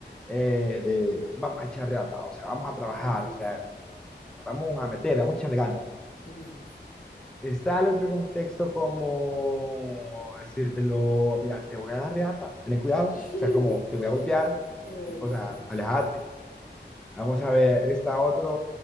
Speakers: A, in the centre; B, on the left (about 50°).
A: eh, de vamos a echar reata, o sea, vamos a trabajar,
B: ujú,
A: o sea, vamos a meter, vamos a echarle ganas.
B: ujú.
A: Está el otro contexto como decírtelo, mira, te voy a dar reata, ten cuidado,
B: <laughs>
A: o sea, como te voy a golpear,
B: Torperra.
A: o sea, alejate. Vamos a ver, está otro,